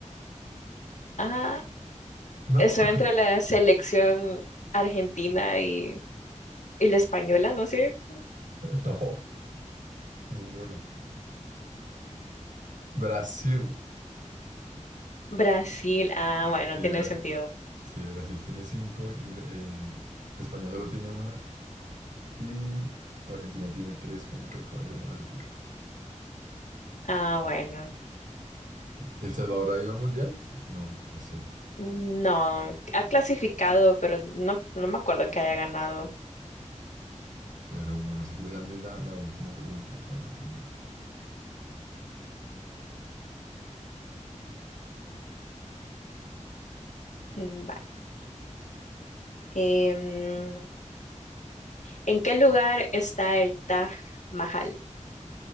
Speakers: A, on the left; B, on the right.
A: Ah,
B: ¿No?
A: estoy
B: <laughs>
A: entre la selección argentina y, y la española, no sé.
B: No, ninguna. Brasil.
A: Brasil, ah, bueno,
B: Sí,
A: tiene
B: Brasil.
A: sentido.
B: Sí, Brasil tiene cinco, Ingl- eh, España solo tiene una y Argentina tiene tres con la que acabo de ganar hace poquito.
A: Ah, bueno.
B: ¿El Salvador ha ido al mundial? Sí, No, no sé.
A: No, ha clasificado, pero no, no me acuerdo que haya ganado.
B: Pero bueno, si quieres, hazme la, la última pregunta para terminar.
A: Mm, va. Em, ¿en qué lugar está el Taj Mahal?